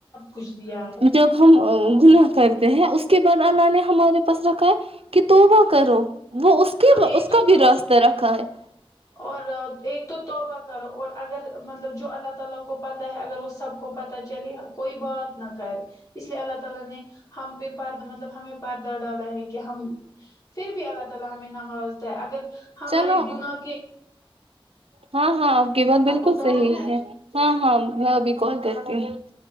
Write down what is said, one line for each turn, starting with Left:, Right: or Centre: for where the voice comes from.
Left: کچھ دیا ہے
Right: جب ہم گناہ کرتے ہیں اس <unintelligible> اس کے بعد اللہ نے ہمارے پاس رکھا ہے کہ تو وہ کرو <unintelligible> وہ اس کے
Left: ہاں ایک
Right: اس
Left: تو
Right: کا بھی
Left: تو
Right: راستہ رکھا ہے <unintelligible>
Left: اور ایک تو توبہ کرو اور اگر مطلب جو اللہ تعالی کو پتا ہے اگر اس سب کو پتا تو چلیے <unintelligible> کوئی بات نہ کرے اس لیے اللہ ت نے ہم پہ مطلب ہمیں پردہ ڈالا ہے کہ ہم پھر بھی <unintelligible> اللہ میں نماز د ہے اگر <unintelligible>
Right: چلو
Left: گناہ کے
Right: ہاں ہاں آپ کی بات
Left: آپ
Right: بالکل
Left: کو کام
Right: صحیح ہے ہاں ہاں <unintelligible> میں ابھی کون کرتی ہ <unintelligible>